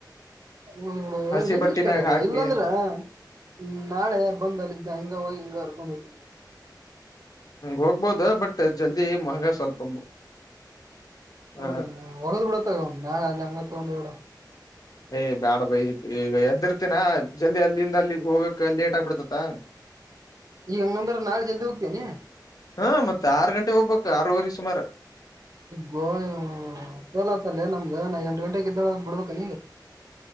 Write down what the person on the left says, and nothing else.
ಹಸಿ
ಬಟ್ಟಿನಾಗ
ಹಾಕಿ
ಹಂಗ ಹೋಗ್ಬೋದ ಬಟ್ ಜಲ್ದಿ ಮಹಂಗ ಸ್ವಲ್ಪ ಹ
ಯ್ ಬೇಡ ಬೈ ಈಗ ಎದ್ದಿರ್ತೇನ ಜಲ್ದಿ ಅಲ್ಲಿಂದ ಅಲ್ಲಿಗ್ ಹೋಗಕ್ ಲೇಟ್ ಆಗ್ಬಿಡ್ತತ್ತ
ಹಾ ಮತ್ ಆರ್ ಗಂಟೆ ಹೋಗ್ಬೇಕ್ ಆರೂವರೆ ಸುಮಾರು